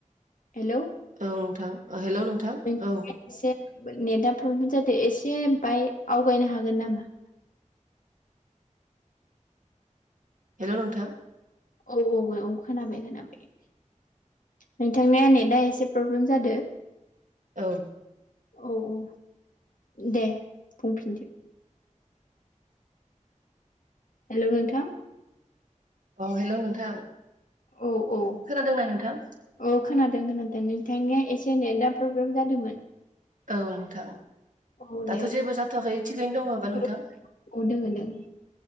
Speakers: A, on the left (about 85°); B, on the right (about 75°).
A: हेलौ
B: औ नोंथां हेल' नोंथां
A: नों-
B: औ
A: एसे नेटा प्रब्लेम जादो एसे बाय आवगायनो हागोन नामा?
B: हेल' नोंथां।
A: औ औ औ खोनाबाय खोनाबाय। नोंथांनिया नेटा एसे प्रब्लेम जादों।
B: औ।
A: औ औ दे बुंफिनदो। हेल' नोंथां
B: अ हेल' नोंथां।
A: औ औ।
B: खोनादोंना नोंथां
A: औ खोनादों खोनादों नोंथांनिया एसे नेटा प्रब्लेम जादोंमोन।
B: औ नोंथां।
A: औ
B: दाथ'
A: दे
B: जेबो जाथ'वाखै थिगैनो दङ बा नोंथां?
A: औ औ दोङो दोङो